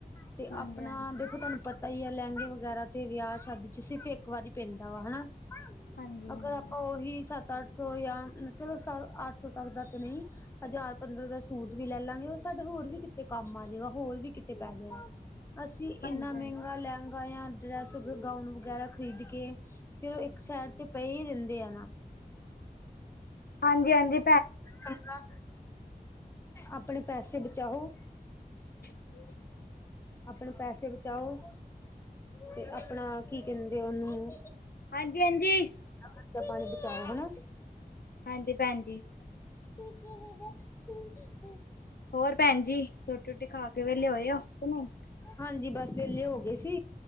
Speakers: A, on the left; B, on the left.
A: ਤੇ
B: ਹਾਂਜੀ-ਹਾਂਜੀ।
A: ਆਪਣਾ ਦੇਖੋ ਤੁਆਨੂੰ ਪਤਾ ਪਤਾ ਈ ਆ ਲੈਂਗੇ ਵਗੈਰਾ ਤੇ ਵਿਆ ਸ਼ਾਦੀ 'ਚ ਸਿਰਫ ਇੱਕ ਵਾਰੀ ਪੈਂਦਾ ਵਾ ਹਨਾ।
B: ਹਾਂਜੀ-ਹਾਂਜੀ,
A: ਅਗਰ ਆਪਾਂ ਓਹੀ ਸੱਤ -ਅੱਠ ਸੌ ਜਾਂ ਚਲੋ ਅੱਠ ਸੌ ਤੱਕ ਦਾ ਤੇ ਨਈ। ਹਜ਼ਾਰ ਪੰਦਰਾਂ ਦਾ ਸੂਟ ਵੀ ਲੈ ਲਾਂਗੇ, ਓ ਸਾਡੇ ਹੋਰ ਵੀ ਕਿਤੇ ਕੰਮ ਆ ਜੇਗਾ ਹੋਰ ਵੀ ਕਿਤੇ ਪੈ ਜੇਗਾ। ਅਸੀਂ
B: ਹਾਂਜੀ-ਹਾਂਜੀ,
A: ਏਨਾ ਮੈਂਗਾ ਲੈਂਗਾ ਜਾਂ ਡਰੈਸ ਅਗਰ ਗਾਊਨ ਵਗੈਰਾ ਖਰੀਦ ਕੇ ਫੇਰ ਇੱਕ ਸੇਡ ਤੇ ਪਏ ਈ ਰੈਂਦੇ ਆ ਨਾ।
B: ਹਾਂਜੀ ਹਾਂਜੀ।
A: ਚੰੰਗਾ -ਆਪਣੇ ਪੈਸੇ ਬਚਾਓ।
B: <inaudible>
A: ਆਪਣੇ ਪੈਸੇ ਬਚਾਓ ਤੇ ਆਪਣਾ ਕੀ ਕੈਂਦੇ ਓਨੂੰ।
B: ਹਾਂਜੀ ਹਾਂਜੀ।
A: ਖਰਚਾ ਪਾਣੀ ਬਚਾਓ ਹਨਾ।
B: ਹਾਂਜੀ ਭੈਣ ਜੀ।
A: <unintelligible>
B: ਹੋਰ ਭੈਣ ਜੀ ਰੋਟੀ ਰੂਟੀ ਖਾ ਕੇ ਵੈਲੇ ਹੋਏ ਓ ਕੇ ਨਈ।
A: ਹਾਂਜੀ ਬਸ ਵੈਲੇ ਹੋ ਗੇ ਸੀ